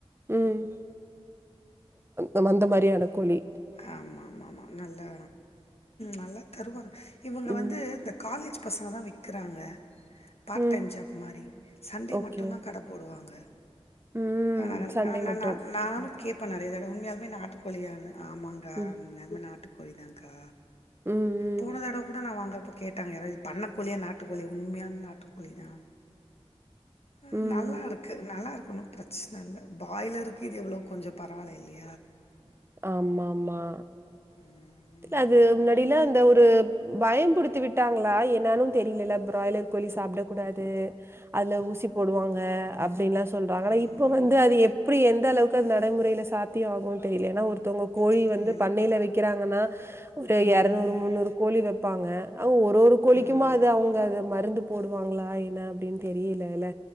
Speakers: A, on the right; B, on the left.
A: ம் அந் அந்தமாரியான கோழி
B: ஆம்மாம்மா ஆமா நல்லா நல்லா தருவாங்க இவுங்க
A: ம்
B: வந்து இந்த காலேஜ் பசங்கதா விக்றாங்க பார்ட்
A: ம்
B: டைம் ஜாப்மாரி சண்டே
A: ஓகே
B: மட்டுதா கட போடுவாங்க
A: ம்
B: ஆ
A: சண்டே
B: ஆ
A: மட்டு
B: நா நானு கேப்பே நறைய தடவ உண்மயாலுமே நாட்டுக்கோழியானு ஆமாக்கா
A: ம்
B: உண்மையாலுமே நாட்டுக்கோழிதான்கா
A: ம் ம்
B: போனதடவ கூட நா வாங்குறப்ப கேட்டாங்க யாரோ இது பண்ணக்கோழியா நாட்டுக்கோழி உண்மையான நாட்டுக்கோழி தா ஹ
A: ம்
B: நல்லாயிருக் கு நல்லாயிருக்கு ஒன்னு பிரச்சன இல்ல பாய்லருக்கு இது எவ்ளோ கொஞ்சோ பரவாயில்ல இல்லயா
A: ஆம்மாம்மா
B: ம்
A: அது முன்னாடிலா இந்த ஒரு பயம்புடுத்தி விட்டாங்களா என்னானு தெரியலல ப்ராய்லர் கோழி சாப்பிடக்கூடாது அதுல ஊசி போடுவோங்க அப்பிடின்ல்லா சொல்றாங்க
B: ஆமாம்
A: ஆனா இப்போ வந்து
B: ஆமாம்
A: அது எப் ப்டி எந்த அளவுக்கு அது நடைமுறையில சாத்தியகுனு தெரியல ஏன்னா ஒருத்தங்க கோழி
B: தெரியல
A: வந்து பண்ணையில விக்கிறாங்கன்னா ஒரு
B: ம்
A: எரநூறு முன்னூறு கோழி வெப்பாங்க அவுங்க ஒரு ஒரு கோழிக்குமா
B: ஆமாம்
A: அது அவங்க மருந்து போடுவாங்களா என்ன அப்பிடின்னு தெரியிலல்ல